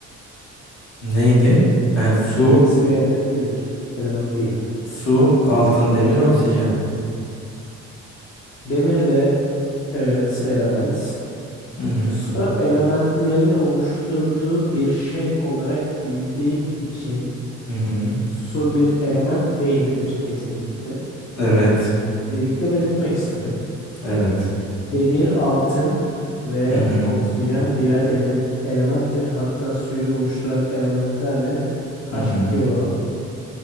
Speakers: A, on the left; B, on the left.
A: Neydi? Yani su
B: Hangisi bir element değildir? Element değildir.
A: su altın demir oksijen.
B: Demir de evet element.
A: Hı hı.
B: Su elementlerin oluşturduğu bir şey olarak bildiğim için
A: Hı hı.
B: Su bir element değildir kesinlikle.
A: Evet.
B: Öncelikle belirtmek isterim.
A: Evet.
B: Demir, altın ve
A: Hı hı.
B: oksijen birer element, elementtir. Hatta suyu oluşturan elementler de h
A: Hı hı.
B: iki o